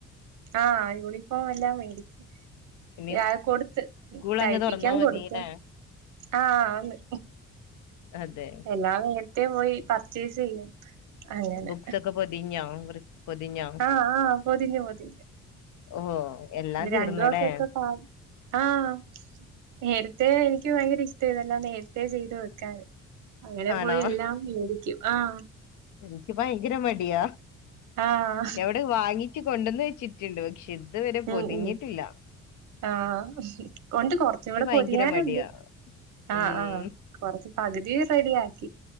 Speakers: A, on the right; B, on the left.
A: ആഹ് യൂണിഫോം എല്ലാം മേടിച്ച്.
B: ഇനി
A: ഞാൻ കൊടുത്ത്
B: സ്കൂൾ
A: തയ്പ്പിക്കാൻ
B: അങ്ങ് തുറന്നാ മതില്ലേ
A: കൊടുത്ത്. ആഹ് ആന്ന്
B: അതെ
A: ഞാൻ നേരത്തെ പോയി പർച്ചേസ് ചെയ്യും അങ്ങനെ
B: ബുക്സ് ഒക്കെ <unintelligible> പൊതിഞ്ഞോ
A: ആഹ് ആഹ് പൊതിഞ്ഞു പൊതിഞ്ഞു
B: ഓഹോ എല്ലാം
A: പി
B: തീർന്നല്ലേ
A: രണ്ടു ദിവസത്തെ ക്ലാ ആഹ് നേരത്തെ എനിക്ക് ഭയങ്കര ഇഷ്ടവാ ഇതെല്ലാം നേരത്തെ ചെയ്ത് വെക്കാൻ അങ്ങനെ
B: ആണോ
A: പോയി എല്ലാം മേടിക്കും ആഹ്
B: എനിക്ക് ഭയങ്കര മടിയാ
A: ആഹ്
B: എവിടെ വാങ്ങിച്ച് കൊണ്ടന്ന് വെച്ചിട്ടുണ്ട് പക്ഷെ ഇത് വരെ
A: ഉം
B: പൊതിഞ്ഞിട്ടില്ല
A: ഉം. ആഹ് ഉണ്ട് കൊറച്ചൂടെ
B: എനിക്ക് ഭയങ്കര
A: പൊതിയാനുണ്ട്
B: മടിയാ
A: ആഹ്
B: ഉം
A: ആഹ് കൊറച്ച് പകുതി റെഡിയാക്കി